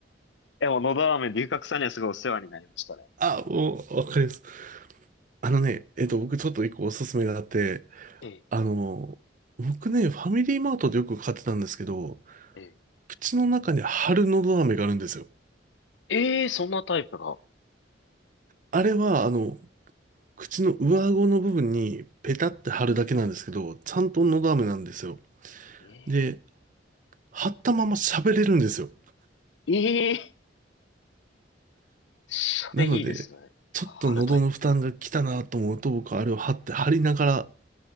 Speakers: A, on the left; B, on the right.
A: でも、のど飴、龍角さんにはすごいお世話になりましたね。
B: <laughs> あ、もう、わかります。あのね、えっと、僕ちょっと一個おすすめがあって、
A: ええ、
B: あの、僕ね、ファミリーマートでよく買ってたんですけど、
A: え
B: 口の中に貼るのど飴があるんですよ。
A: え、ええそんなタイプが。
B: あれは、あの、口の上顎の部分にペタって貼るだけなんですけど、ちゃんとのど飴なんですよ。
A: ええ、え
B: で、貼ったまま喋れるんですよ。
A: え、ええそれいいですね。
B: なので、ちょっと喉の負担が来たなと思うと、
A: 春タイプ。
B: 僕はあれを貼って貼りながら、